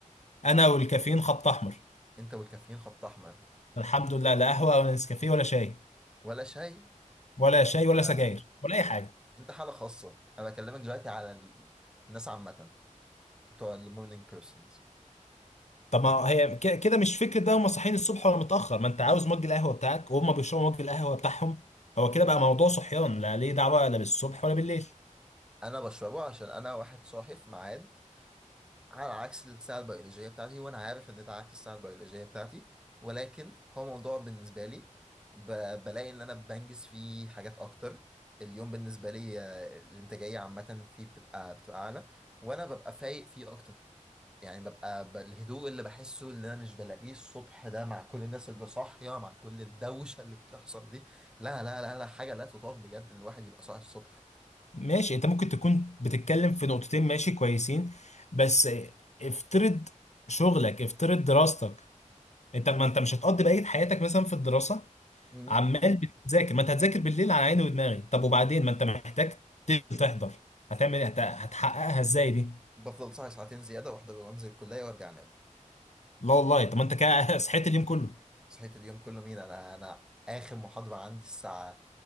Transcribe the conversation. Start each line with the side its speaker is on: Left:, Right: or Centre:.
Left: انا والكافيين خط احمر
Centre: انت والكافيين خط احمر
Left: الحمد لله لا قهوه ولا نسكافيه ولا شاي
Centre: ولا شاي
Left: ولا شاي ولا
Centre: لا،
Left: سجاير
Centre: لا.
Left: ولا اي حاجه
Centre: انت حاله خاصه انا بكلمك دلوقتي على ال- الناس عامه بتوع المورنينج بيرسونز
Left: طب ما هي ك- كده مش فكره بقى هم صاحيين الصبح ولا متاخر ما انت عاوز مج القهوه بتاعك وهم بيشربوا مج القهوه بتاعهم هو كده بقى موضوع صحيان لا ليه دعوه لا بالصبح ولا بالليل
Centre: انا بشربه عشان انا واحد صاحي في ميعاد على عكس الساعة البيولوجية بتاعتي وأنا عارف إن ده عكس الساعة البيولوجية بتاعتي ولكن هو موضوع بالنسبة لي ب... بلاقي إن أنا بنجز فيه حاجات أكتر اليوم بالنسبة لي آه، الإنتاجية عامة فيه بتبقى بتبقى أعلى وأنا ببقى فايق فيه أكتر يعني ببقى ب... الهدوء اللي بحسه اللي أنا مش بلاقيه الصبح ده مع كل الناس اللي صاحية مع كل الدوشة اللي بتحصل دي لا لا لا لا حاجة لا تطاق بجد الواحد يبقى صاحي الصبح
Left: ماشي انت ممكن تكون بتتكلم في نقطتين ماشي كويسين بس افترض شغلك افترض دراستك انت ما انت مش هتقضي بقيه حياتك مثلا في الدراسه
Centre: مم.
Left: عمال بتذاكر ما انت هتذاكر بالليل على عيني ودماغي طب وبعدين ما انت محتاج تنزل تحضر هتعمل ايه هت- هتحققها ازاي دي
Centre: بفضل صاحي ساعتين زيادة واحدة وأنزل الكلية وأرجع أنام
Left: لا والله طب ما انت كده <laughs> صحيت اليوم كله
Centre: صحيت اليوم كله مين انا انا اخر محاضرة عندي الساعة